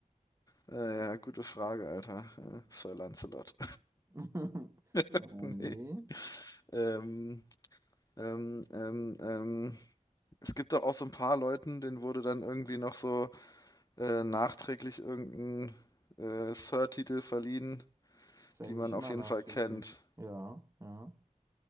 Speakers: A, on the left (about 25°); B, on the right (about 20°).
A: ja, gute Frage, Alter. Äh, Sir Lancelot.
B: <laughs>
A: <laughs>
B: Oh
A: Nee.
B: nee.
A: Ähm, ähm, ähm, ähm. Es gibt doch auch so ein paar Leuten, denen wurde dann irgendwie noch so äh, nachträglich irgendein äh, Sir-Titel verliehen,
B: Ist ja
A: die
B: eigentlich
A: man
B: immer
A: auf jeden
B: nachträglich.
A: Fall kennt.
B: Ja, ja.